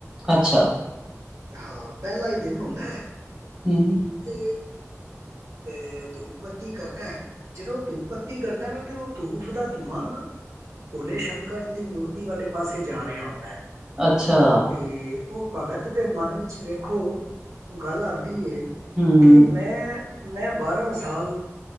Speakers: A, on the right; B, on the right.
A: ਅੱਛਾ,
B: ਹਾਂ, ਪਹਿਲਾ ਹੀ ਦਿਨ ਹੁੰਦਾ ਹੈ
A: ਹੂੰ,
B: ਤੇ, ਅਹ ਧੂਪ ਬੱਤੀ ਕਰਦਾ ਜਦੋਂ ਧੂਪ ਬੱਤੀ ਕਰਦਾ ਨਾ ਤੇ ਉਹ ਧੂਫ਼ ਦਾ ਧੂੰਆਂ ਨਾ ਭੋਲੇ ਸ਼ੰਕਰ ਦੀ ਮੂਰਤੀ ਵਾਲੇ ਪਾਸੇ ਜਾ ਰਿਹਾ ਹੁੰਦਾ ਹੈ।
A: ਅੱਛਾ,
B: ਤੇ ਉਹ ਭਗਤ ਦੇ ਮਨ ਵਿੱਚ ਵੇਖੋ ਗੱਲ ਆਂਦੀ ਐ,
A: ਹੂੰ,
B: ਕਿ ਮੈਂ- ਮੈਂ ਬਾਰ੍ਹਾਂ ਸਾਲ